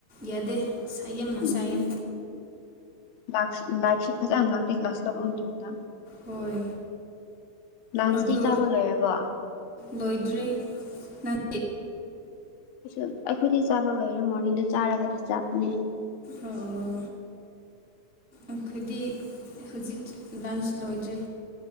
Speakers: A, in the centre; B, on the left (about 75°).
A: ꯌꯥꯗꯦ ꯌꯥꯝꯅ ꯁꯥꯏꯌꯦ
B: ꯎꯝ ꯂꯥꯛꯁꯨ ꯂꯥꯏꯔꯤꯛꯁꯨ ꯐꯖꯅ ꯂꯥꯛꯇꯦ ꯀ꯭ꯂꯥꯁ ꯂꯧꯕ ꯃꯇꯝꯗ
A: ꯍꯣꯏ
B: ꯂꯟꯁꯇꯤ
A: ꯑꯗꯨ
B: ꯆꯥꯕ ꯂꯣꯏꯔꯕꯣ
A: ꯂꯣꯏꯗ꯭ꯔꯤ ꯅꯪ
B: ꯑꯩꯁꯨ ꯑꯩꯈꯣꯏꯗꯤ ꯆꯥꯕ ꯂꯣꯏꯔꯥ ꯃꯣꯔꯅꯤꯡꯗ ꯆꯥꯔꯒꯗꯤ ꯆꯥꯕꯅꯦ
A: ꯑꯣ ꯑꯣ ꯑꯩꯈꯣꯏꯗꯤ ꯍꯧꯖꯤꯛ ꯂꯟꯁ ꯂꯣꯏꯗ꯭ꯔꯤ